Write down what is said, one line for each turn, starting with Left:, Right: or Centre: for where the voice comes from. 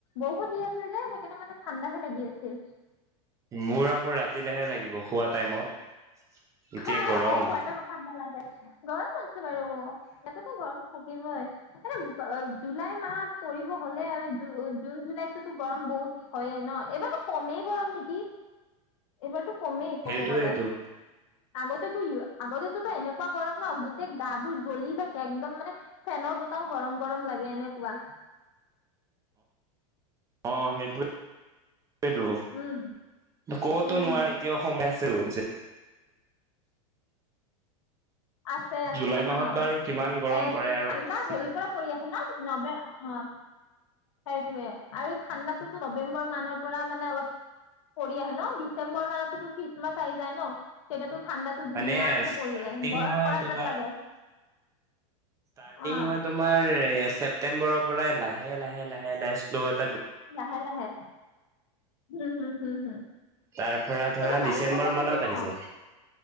Left: বৰষুণ দি আছে যে সেইকাৰণে মানে ঠাণ্ডাহে লাগি আছিল।
Right: মোৰ আকৌ ৰাতিলেহে লাগিব শুৱা টাইমত এতিয়া
Left: হা হা
Right: গৰম
Left: অ শুৱা টাইমত ঠাণ্ডা লাগে <unintelligible> উঠিছে বাৰু ইয়াতেতো গৰম থাকিবই এ জুলাই মাহ পৰিব হলে আৰু জ জুন জুলাইতোতো গৰম বহুত হয়ে ন এইবাৰতো কমেই গৰম নেকি এইবাৰতো কমেই ক'ব
Right: সেইটোৱেইটো
Left: গ'লে আগতেতো আগতেতো এনেকুৱা গৰম ন গোটেই গা বোৰ জ্বলি থাকে একদম মানে ফেনৰ বতাহও গৰম গৰম লাগে এনেকুৱা
Right: অ সেইটো সেটো
Left: উম
Right: কতো
Left: উম
Right: নোৱাৰে এতিয়াও সময় আছে টো যে
Left: আছে আছে
Right: জুলাই মাহত
Left: হা
Right: বাৰু কিমান গৰম
Left: এ
Right: পৰে আৰু
Left: ঠাণ্ডা হেৰি পৰা পৰি আহে না নবে অ সেইটোৱে আৰু ঠাণ্ডাতোতো নৱেম্বৰ মানৰ পৰা মানে অলপ পৰি আহে ন ডিচেম্বৰ মানতোতো খ্ৰীষ্টমাছ আহি যায় ন তেতিয়া টো ঠাণ্ডাটো ধুনীয়াকে
Right: মানে ষ্টাৰ্টিং
Left: পৰি যায় বৰফ
Right: হয়
Left: পৰা
Right: তোমাৰ
Left: যেন লাগে
Right: ষ্টাৰ্টিং
Left: অ
Right: হয় তোমাৰ চেপ <unintelligible> পৰাই লাহে লাহে লাহে লাহে শ্ল'ত
Left: লাহে লাহে, হম হম হম হম,
Right: তাৰ পৰা ধৰা
Left: এতিয়া বাৰিষাৰ
Right: ডিচেম্বৰ
Left: বতৰ
Right: মানত
Left: ন,
Right: আহি যায়